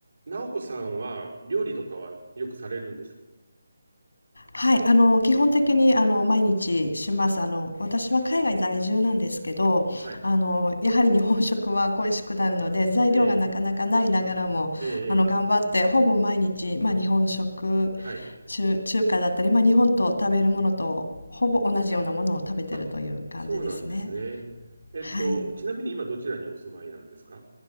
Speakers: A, on the right; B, on the left.
A: なおこさんは料理とかはよくされるんですか
B: はい、あの、基本的に、あの、毎日します。あの、私は海外在住なんですけど、
A: はい。
B: あの、やはり日本食は恋しくなるので、材料がなかなかないながらも、
A: ええ、ええ、
B: あの、頑張って、
A: ええ
B: ほぼ毎日、まあ、日本食、
A: はい。
B: 中、中華だったり、まあ、日本と食べるものと、ほぼ同じようなものを食べてるという感じですね。
A: あ、そうなんですね。えっと、
B: はい。
A: ちなみに今どちらにお住まいなんですか